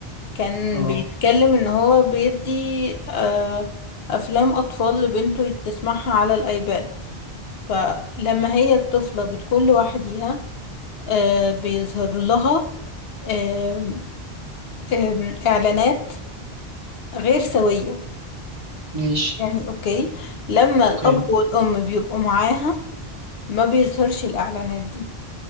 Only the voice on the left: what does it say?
كان
بيتكلم ان هو بيدي آه، افلام اطفال لبنته تسمعها على الايباد فلما هي الطفله بتكون لوحديها آه، بيظهر لها آم، آم، اعلانات غير سويه
يعني اوكي لما الاب
والام بيبقوا معاها ما بيظهرش الاعلانات دي